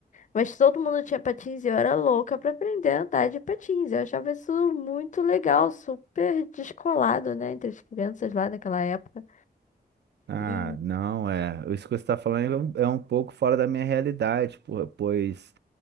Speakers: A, on the left (about 45°); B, on the right (about 80°).
A: Mas todo mundo tinha patins e eu era louca pra aprender a andar de patins. Eu achava isso muito legal, super descolado, né? Entre as crianças lá naquela época.
B: Ah,
A: E.
B: não, é. Isso que você está falando é um é um pouco fora da minha realidade, po- pois